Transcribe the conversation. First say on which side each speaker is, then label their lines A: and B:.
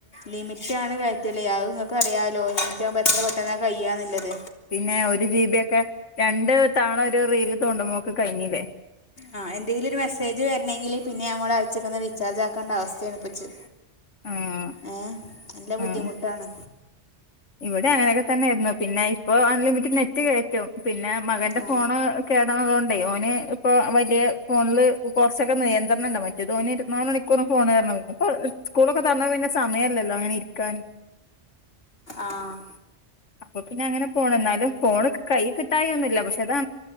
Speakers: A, on the left; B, on the left.
A: ലിമിറ്റ ആണ് കയറ്റല്ലേ അത് നിങ്ങക്ക് അറിയാലോ ലിറ്റ് ആവുമ്പോ എത്ര പെട്ടെന്ന് കയ്യാന്നുള്ളത്
B: പിന്നെ ഒരു ജി ബി ഒക്കെ രണ്ട് തവണ ഒരു റീൽ തോണ്ട്പോക്ക് കഴിഞ്ഞില്ലേ
A: ആ എന്തെങ്കിലും ഒരു മെസ്സേജ് വരണെങ്കിൽ പിന്നെ ഞമ്മൾ അയച്ചക്കന്ന് റീചാർജ് ആക്കേണ്ട അവസ്ഥയാണ് ഇപ്പച്ച്
B: ആഹ്
A: ഏ നല്ല ബുദ്ധിമുട്ടാണ്
B: ആഹ് ഇവിടെ അങ്ങനെയൊക്കെ തന്നെയായിരുന്നു പിന്നെ ഇപ്പൊ അൺലിമിറ്റഡ് നെറ്റ് കയറ്റും പിന്നെ മകന്റെ
A: ആ
B: ഫോണ് കേടണതൊണ്ട് ട് ഓന് ഇപ്പൊ വലിയ ഫോണില് കുറച്ചൊക്കെ നിയന്ത്രണം ഉണ്ട് മറ്റേത് ഓന് ഇരവാനാല് മണിക്കൂറും ഫോണ് തെരനൊന്ന് ഇപ്പ സ്കൂളൊക്കെ തരന്ന പിന്നെ സമയമല്ലല്ലോ അങ്ങനെ ഇരിക്കാാന്
A: ആ
B: അപ്പൊ പിന്നെ അങ്ങനെ പോണ് എന്നാലും ഫോണ് കൈ കിട്ടായി ഒന്നുമില്ല പക്ഷെ അതാ